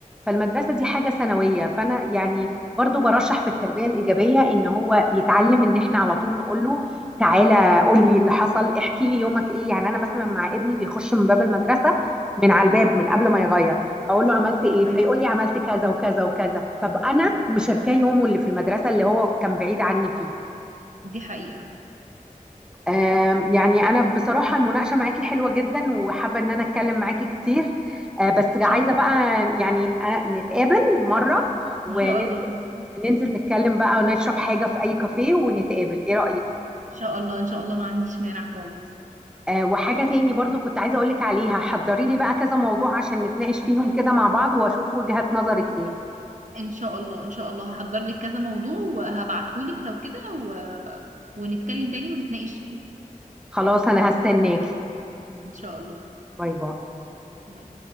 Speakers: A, in the centre; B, on the right (about 60°).
A: فالمدرسة دي حاجة ثانوية فأنا يعني برضو برشح في التربية الإيجابية إن هو يتعلم إن إحنا على طول نقول له تعالى قول لي اللي حصل احكي لي يومك إيه يعني أنا مثلا مع ابني بيخش من باب المدرسة من على الباب من قبل ما يغير اقول له عملت ايه
B: تمام
A: فيقول لي عملت كذا وكذا وكذا فانا مشاركاه يومه اللي في المدرسه اللي هو كان بعيد عني فيه
B: دي حقيقه
A: آم، يعني أنا بصراحة المناقشة معاكي حلوة جدا وحابة إن أنا أتكلم معاكي كتير آه، بس عايزة
B: شكرا جداً.
A: بقى يعني أنا نتقابل مرة وننزل
B: ان شاء الله
A: ننزل نتكلم بقى ونشرب حاجة في أي كافيه ونتقابل إيه رأيك؟
B: ان شاء الله ان شاء الله ما عنديش مانع خالص
A: آه، وحاجة تاني برضو كنت عايزة أقولك عليها حضري لي بقى كذا موضوع عشان نتناقش فيهم كده مع بعض وأشوف وجهات نظرك إيه
B: ان شاء الله ان شاء الله هحضر لك كذا موضوع وهبعتهولك لو كده و... ونتكلم تاني ونتناقش فيه
A: خلاص أنا هستناكي
B: ان شاء الله
A: باي باي
B: باي.